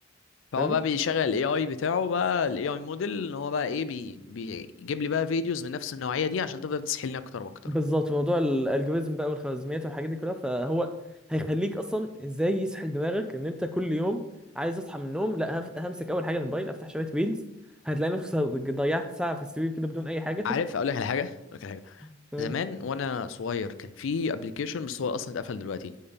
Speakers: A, on the left; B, in the centre.
A: فهو
B: فاهمني
A: بقى بيشغل الاي اي بتاعه بقى الاي اي موديل ان هو بقى ايه بي بيجيب لي بقى فيديوز من نفس النوعية دي عشان تفضل تسحلني اكتر واكتر
B: بالظبط موضوع الالجوريزم بقى والخوارزميات والحاجات دي كلها فهو هيخليك اصلا ازاي يسحل دماغك ان انت كل يوم عايز اصحى من النوم لا هف- همسك اول حاجه الموبايل افتح شويه ريلز هتلاقي نفسك ضيعت ساعه في السرير كده بدون اي حاجه
A: عارف اقول لك على حاجة اقول لك على حاجة
B: <laughs> تمام
A: زمان وانا صغير كان في ابلكيشن بس هو اصلا اتقفل دلوقتي